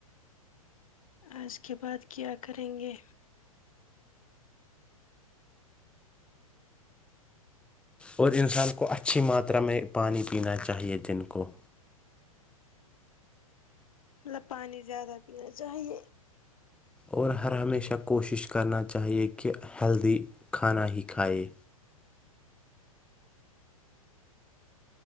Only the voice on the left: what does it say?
آج کے بعد کیا کریں گے
مطلب پانی زیادہ پینا چاہیے